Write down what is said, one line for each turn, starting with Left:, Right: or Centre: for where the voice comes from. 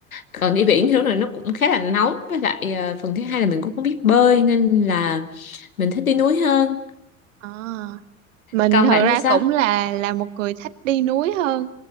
Left: còn đi biển thì lúc này nó cũng khá là nóng với lại à, phần thứ hai là mình cũng không biết bơi nên là mình thích đi núi hơn
Right: À. mình
Left: còn
Right: thật
Left: bạn
Right: ra
Left: thì sao
Right: cũng là là một người thích đi núi hơn